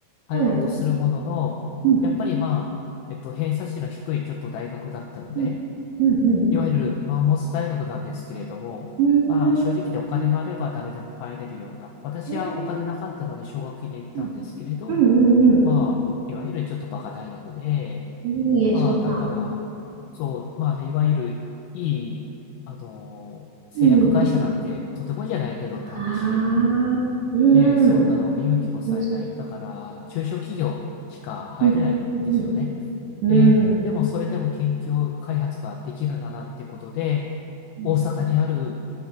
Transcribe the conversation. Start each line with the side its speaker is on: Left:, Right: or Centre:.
Left: 入ろうとするものの、
Right: はい。うん、
Left: やっぱりまあ、えっと、偏差値の低いちょっと大学だったので、
Right: うん、うん、
Left: いわゆるマンモス大学なんですけれども、
Right: うん。
Left: まあ、正直でお金があれば誰でも入れるような、
Right: うーん、
Left: 私はお金なかったので奨学金で行ったんですけれど、
Right: えー、うん、うん、うん。
Left: まあ、いわゆるちょっとバカ大学で、
Right: いいえ、
Left: まあ、
Right: そんな。
Left: だから、そう、まあ、でいわゆるいい、あの、製薬会社なんてとてもじゃないけどって話で、
Right: うん。ああ、うん。
Left: ね、そんなの見向きもされない。
Right: むず、
Left: だから、中小企業しか入れないんですよね。
Right: うん、うん、うん。
Left: で、
Right: うん
Left: でもそれでも研究開発ができるならっていうことで、
Right: うん
Left: 大阪にある